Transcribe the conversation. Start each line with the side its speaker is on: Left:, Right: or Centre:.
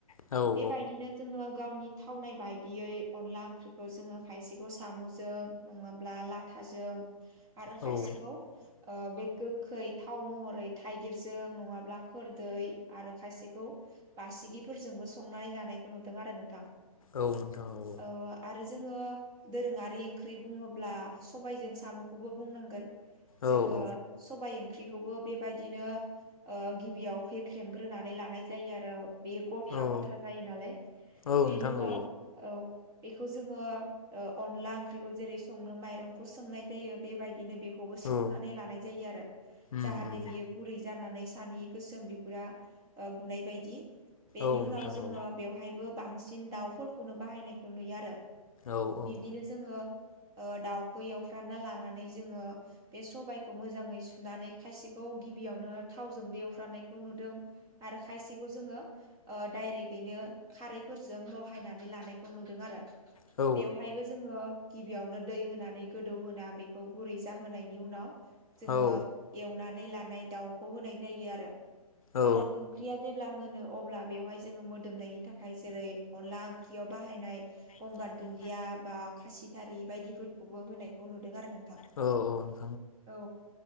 Left: आरो
Right: बेबायदिनो जोङो गावनि थावनाय बायदियै अनला ओंख्रिखौ जोङो खायसेखौ साम'जों नङाब्ला ला थाजों आरो
Left: औ
Right: खायसेखौ
Left: नोंथां
Right: ओ बे गोखै थाव महरै थाइगिरजों नङाब्ला खोरदै आरो खायसेखौ बारसिगिफोरजोंबो संनानै जानायखौ नुदों आरो नोंथां।
Left: औ नोंथां औ।
Right: ओ आरो जोङो दोरोङारि ओंख्रि बुङोब्ला सबायजों साम'खौबो बुंनांगोन। जोङो
Left: औ औ
Right: सबाय ओंख्रिखौबो बेबायदिनो ओ गिबियाव होेख्रेमग्रोनानै ला नाय जायो आरो, बेयो गथा
Left: औ
Right: गथा जायो नालाय।
Left: औ नोंथां
Right: बेनि उनाव
Left: औ
Right: औ बेखौ जोङो ओ अनला ओंख्रिखौ जेरै संनो माइरंखौ सोमनाय जायो बेबायदिनो बेखौबो सोमनानै
Left: औ
Right: लानाय जायो आरो जाहाथे
Left: उम उम
Right: बेयो गुरै जानानै सानि गोसोम बिगुरा गुनाय बाय दि। बेनि
Left: औ
Right: उनाव
Left: नोंथां
Right: जोङो
Left: औ
Right: बेवहायबो बांसिन दाउफोरखौनो बाहायनायखौ नुयो आरो।
Left: औ
Right: बिब्दिनो
Left: औ।
Right: जोङो ओ दाउखौ एवफ्रामना लानानै जोङो बे सबाइखौ मोजाङै सुनानै खायसेखौ गिबियावनो थावजोंबो एवफ्रनायखौ नुदों आरो खायसेखौ जोङो ओ डायरेकयैनो खारैफोरजों रहायनानै लानायखौ नुदों आरो।
Left: औ
Right: बेवहायबो जोङो गिबियावनो दै होनानै गोदौहोना बेखौ गुरै जाहोनायनि उनाव जोङो
Left: औ
Right: एवनानै लानाय दाउखौ होनाय जायो आरो।
Left: औ
Right: आरो ओंख्रिया जेब्ला मोनो अब्ला बेवहाय जोङो मोदोमनायनि थाखाय जेरै अनला ओंख्रियाव बाहायनाय गंगार
Left: अनला
Right: दुन्दिया बा खासिथारि बायदिफोरखौबो होनायखौ नुदों आरो नोंथां।
Left: औ औ।
Right: औ